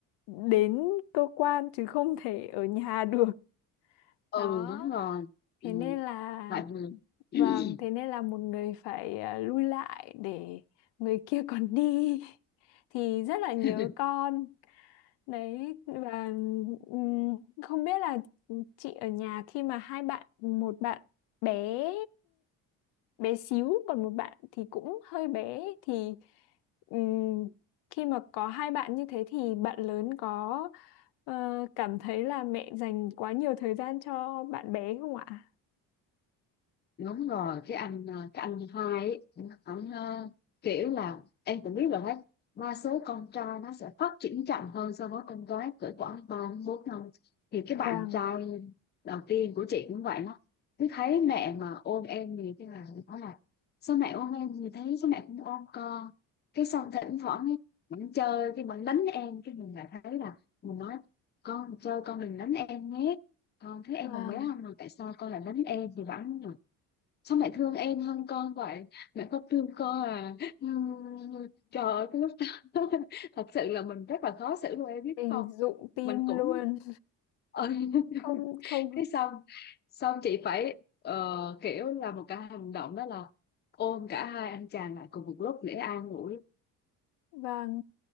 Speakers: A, on the left; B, on the left.
A: đến cơ quan chứ không thể ở nhà <laughs> được
B: ừ
A: đó
B: đúng rồi ừ,
A: thế nên là
B: tại vì
A: vâng thế nên là một người phải à, lui lại để người kia còn đi <laughs> thì rất là
B: <clears throat>
A: nhớ con đấy và ừm, không biết là chị ở nhà khi mà hai bạn một bạn bé bé xíu còn một bạn thì cũng hơi bé thì ừm, khi mà có hai bạn như thế thì bạn lớn có ờ, cảm thấy là mẹ dành quá nhiều thời gian cho bạn bé không ạ?
B: đúng rồi cái anh ờ, cái anh hai ấy, ảnh ờ, kiểu là em cũng biết rồi đấy đa số con trai nó sẽ phát triển chậm hơn so với con gái cỡ khoảng ba đến bốn năm thì cái bạn
A: vàng
B: trai đầu tiên của chị cũng vậy đó cứ thấy mẹ mà ôm em thì cái là nó là sao mẹ ôm em thì thấy sao mẹ cũng ôm con cái xong thỉnh thoảng ấy, mình chơi cái mình đánh em cái mình lại thấy là mình nói con chơi con đừng đánh em nhé con thấy em
A: vàng
B: còn bé không mà tại sao con lại đánh em thì vẫn sao mẹ thương em hơn con vậy mẹ không thương con à Ừm, trời ơi cái lúc đó <laughs> thật sự là mình rất là khó xử luôn em biết
A: hình
B: không
A: <laughs> dụng tim
B: mình cũng
A: luôn
B: ừ.
A: không
B: <laughs>
A: không
B: cái xong xong chị phải ờ, kiểu là một cái hành động đó là ôm cả hai anh chàng lại cùng một lúc để an ủi
A: vàng